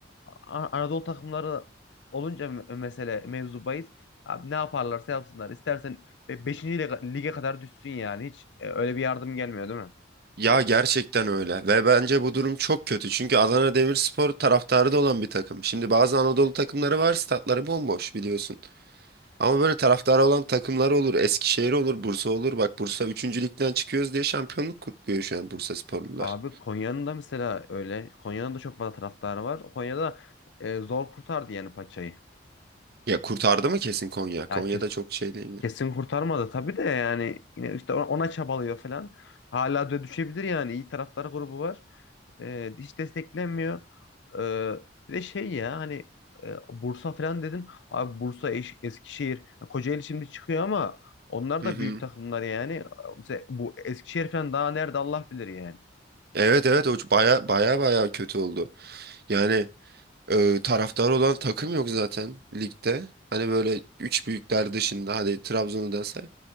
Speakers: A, on the left; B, on the right.
A: A- Anadolu takımları olunca me- mesele mevzu bahis. Abi ne yaparlarsa yapsınlar. İstersen 5. lige, lige kadar düşsün yani. Hiç e, öyle bir yardım gelmiyor değil mi?
B: Ya gerçekten öyle ve bence bu durum çok kötü çünkü Adana Demirspor taraftarı da olan bir takım. Şimdi bazı Anadolu takımları var statları bomboş biliyorsun. Ama böyle taraftarı olan takımlar olur. Eskişehir olur, Bursa olur. Bak Bursa üçüncü ligden çıkıyoruz diye şampiyonluk kutluyor şu an Bursa sporlular.
A: Abi Konya'nın da mesela öyle. Konya'nın da çok fazla taraftarı var. Konya'da e, zor kurtardı yani paçayı.
B: Ya kurtardı mı kesin Konya? Konya'da
A: Ya kes-
B: çok şey değildi.
A: kesin kurtarmadı tabii de yani yine işte ona, ona çabalıyor falan. Hala da düşebilir yani. İyi taraftar grubu var. E, hiç desteklenmiyor. E, bir de şey ya hani e, Bursa falan dedin. Abi Bursa, Eş- Eskişehir, Kocaeli şimdi çıkıyor ama onlar
B: Hı
A: da
B: hı.
A: büyük takımlar yani. E, Mesela bu Eskişehir falan daha nerede Allah bilir yani.
B: Evet evet o baya baya baya kötü oldu. Yani e, taraftar olan takım yok zaten ligde. Hani böyle üç büyükler dışında hadi Trabzon'u da say.